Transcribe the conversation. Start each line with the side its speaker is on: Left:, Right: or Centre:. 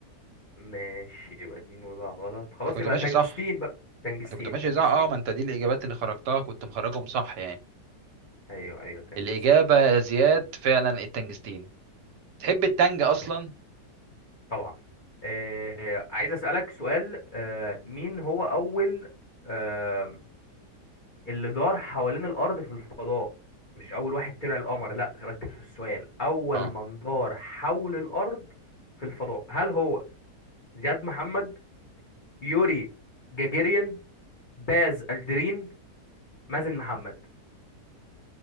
Left: ماشي يبقى دي نويبع غلط خلاص
Right: انت كنت
Left: يبقى
Right: ماشي
Left: تنجستين
Right: صح
Left: بقى تنجستين
Right: انت كنت ماشي
Left: تنجستين
Right: صح اه ما انت دي الاجابات اللي خرجتها كنت مخرجهم صح يعني
Left: ايوه ايوه تنجستين
Right: الاجابه يا زياد فعلا التنجستين تحب التنج
Left: خلاص
Right: اصلا
Left: طبعا آه عايز اسالك سؤال آه مين هو اول آه اللي دار حوالين الارض في الفضاء مش اول واحد طلع القمر لا ركز في السؤال اول
Right: اه
Left: من دار حول الارض في الفضاء هل هو زياد محمد يوري جاجيرين باز الدرين مازن محمد